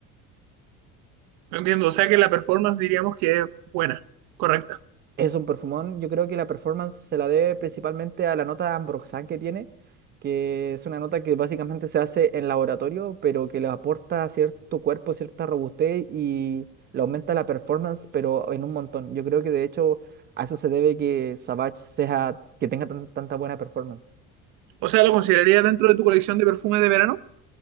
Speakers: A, on the right (about 75°); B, on the right (about 30°).
A: No entiendo, o sea que la performance diríamos que es buena, correcta.
B: Es un perfumón, yo creo que la performance se la debe principalmente a la nota ambroxan que tiene, que es una nota que básicamente se hace en laboratorio, pero que le aporta a cierto cuerpo, cierta robustez y le aumenta la performance, pero en un montón. Yo creo que de hecho a eso se debe que Savage sea, que tenga tan- tanta buena performance.
A: O sea, ¿lo considerarías dentro de tu colección de perfumes de verano?